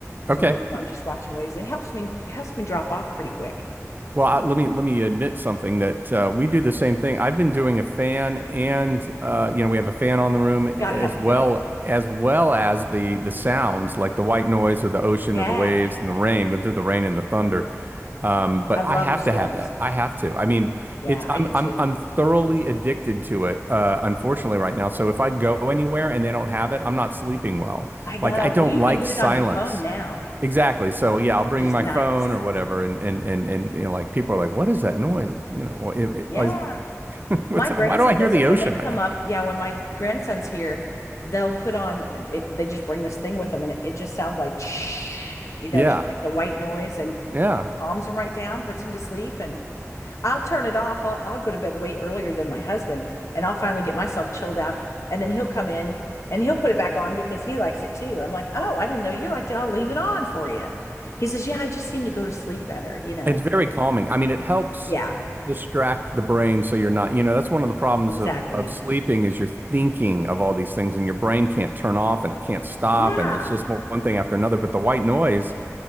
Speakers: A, on the right (about 35°); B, on the left (about 65°).
A: Okay.
B: To where you know, I'm just watching waves. It helps me helps me drop off pretty quick.
A: Well, I, let me let me admit something that uh, we do the same thing. I've been doing a fan, and uh, you know we have a fan on the room as
B: Gotta have the
A: well
B: fan.
A: as well as the the sounds like the white noise or the ocean
B: Yeah.
A: or the waves and the rain. We do the rain and the thunder, um, but
B: I love
A: I have
B: the storms.
A: to have that. I have to. I mean,
B: Yeah,
A: it's
B: I
A: I'm
B: do too.
A: I'm I'm thoroughly addicted to it. Uh, unfortunately, right now. So if I go anywhere and they don't have it, I'm not sleeping well.
B: I know.
A: Like I don't
B: Well, you
A: like
B: can get
A: silence.
B: it on your phone now,
A: Exactly. So yeah, I'll bring
B: which is
A: my
B: nice.
A: phone or whatever, and and and and you know, like people are like, "What is that noise?" You know, well, it,
B: Yeah.
A: it, is- <laughs> what's
B: My
A: why
B: grandson
A: do I hear
B: does
A: the
B: it when
A: ocean
B: they come
A: right now?
B: up. Yeah, when my grandson's here, they'll put on it, they just bring this thing with them and it, it just sounds like <tsk> you know,
A: Yeah,
B: just like the white noise and
A: yeah.
B: calms him right down, puts him to sleep and I'll turn it off. I'll, I'll go to bed way earlier than my husband, and I'll finally get myself chilled out. And then he'll come in and he'll put it back on because he likes it too. I'm like, oh, I didn't know you liked it. I'll leave it on for you. He says, yeah, I just seem to go to sleep better, you know?
A: It's very calming. I mean, it helps
B: Yeah,
A: distract the brain so you're not, you know, that's one of the problems
B: exactly.
A: of of sleeping is you're thinking of all these things and your brain can't turn off and it can't stop
B: Yeah.
A: and it's just one one thing after another. But the white noise